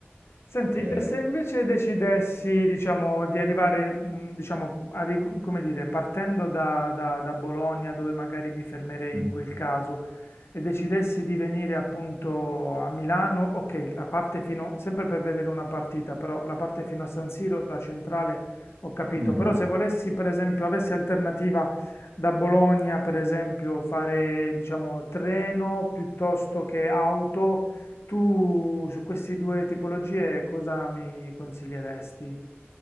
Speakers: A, on the left; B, on the right.
A: Senti,
B: eh,
A: e se invece decidessi, diciamo, di arrivare, mh, diciamo, arri- come dire, partendo da, da- da Bologna, dove magari mi fermerei
B: mm.
A: in quel caso, e decidessi di venire appunto a Milano, ok, la parte fino, sempre per vedere una partita, però la parte fino a San Siro da centrale ho capito,
B: Mhm.
A: però se volessi, per esempio, avessi alternativa da Bologna, per esempio, fare, diciamo, treno piuttosto che auto, tu su queste due tipologie cosa mi consiglieresti?